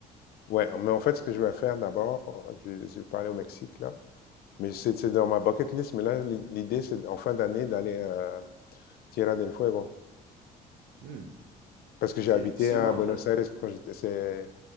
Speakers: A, on the left; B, on the right.
A: Ouais, mais en fait, ce que je vais faire d'abord, je je vais parler au Mexique, là, mais c'est c'est dans ma bucket list, mais là, l'i l'idée, c'est en fin d'année d'aller à Tierra del Fuego.
B: Hmm.
A: Parce que j'ai
B: C'est,
A: habité
B: c'est
A: à
B: où en
A: Buenos
B: fait?
A: Aires quand j'étais. C'est,